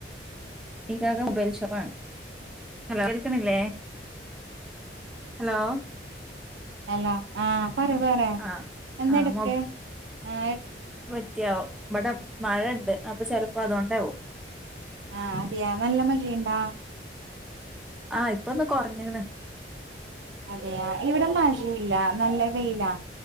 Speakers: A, in the centre; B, on the right.
A: ഈഗ ബൽഷവാൻ ഹലോൽക്കല്ലേ ഹലോ
B: അല്ലോ ആഹ പറ പറ
A: ആഹ്
B: എന്താ
A: ആഹ്
B: എടക്ക് ആ
A: കൃത്യാവും ഇവിടെ മഴുണ്ട് അപ്പൊ ചെിലപ്പോ അതുകൊണ്ടാവവും
B: ആഹ അതെയാ നല്ല മഴയുണ്ടാ
A: ആഹ് ഇപ്പൊന്ന് കുറഞ്ഞിണ്
B: അതെയ ഇവിടെ മാഴയില്ല നല്ല വെയിലാ